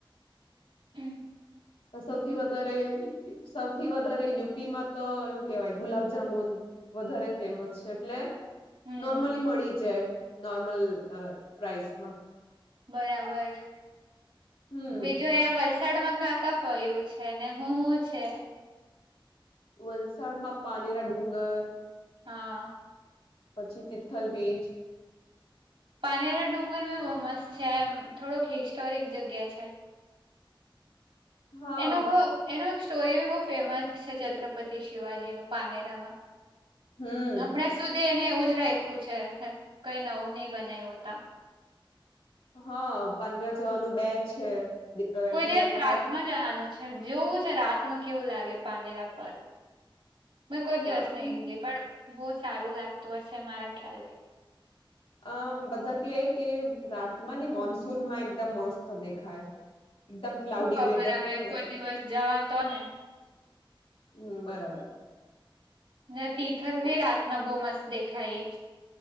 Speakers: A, on the right; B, on the left.
A: હમ
B: સૌથી વધારે સૌથી વધારે યુપી માં તો એવું કેવાય ગુલાબજામુન વધારે ફેમસ છે એટલે
A: હમ
B: નોર્મલી મળી જાય નોર્મલ પ્રઇસમાં
A: બરાબર
B: હમ
A: બીજું અહિયાયા વલસાડમાં કા કફયરું છે ને હું હું છે
B: વલસાડમાં પાનેરા ડુંગર
A: હા
B: પછી તિથલ બીજ
A: પાનેરા ડુંગર બી બહુ મસ્ત છે એમ થોડોક હિસ્ટોરિક જગ્યા છે
B: હા
A: એનોવ એનો એક સ્ટોરી બી બહુ ફેમસ છે છત્રપતિ શિવાજી નું પાનેરામાં
B: હમ
A: હમણાં સુધી એને એવું જ રાખવ છે કઈ નવું નઈ બના્યું ત
B: હા પંદર જવાનું બે છે એટલે
A: કોઈ દિવસ
B: અગ
A: રાતમાં જવાનું છે જોવું છે રાતમાં કેવું લાગે પાનેરા પર મેં કોઈ દિવસ
B: રાતમાં
A: નહી ગલી પણ બહુ સારું લાગતું હશે મારા ખ્યાલથી
B: અ બધા કે કે રાતમાં ને મોનસૂન માં એકદમ મસ્ત દેખાય એકદમ
A: શું
B: ક્લાઉડી
A: ખબર
B: વેધર હોય
A: હ
B: ને
A: કોઈ દિવસ જવા તો ને
B: હમ બરાબર
A: ના તિથલ બી રાત ન બો મસ્ત દેખાઈ